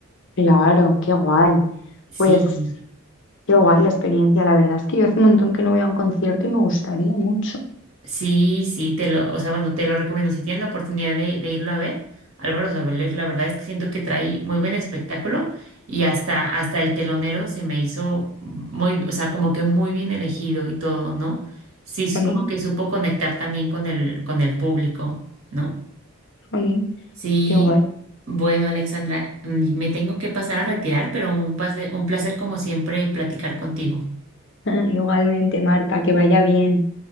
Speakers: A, on the left; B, on the right.
A: claro, qué guay.
B: Sí,
A: Pues qué guay la experiencia, la verdad es que yo hace un montón que no voy a un concierto y me gustaría mucho.
B: sí, sí, te lo, o sea, bueno, te lo recomiendo. Si tienes la oportunidad de, de irlo a ver, Álvaro Soler, la verdad es que siento que trae muy buen espectáculo y hasta, hasta el telonero se me hizo muy, o sea, como que muy bien elegido y todo, ¿no? Sí, es
A: Jolín,
B: como que supo conectar también con el, con el público, ¿no?
A: jolín,
B: Sí,
A: qué guay.
B: bueno, Alexandra, mm, me tengo que pasar a retirar, pero un pase- un placer como siempre platicar contigo.
A: <laughs> Igualmente, Marta, que vaya bien.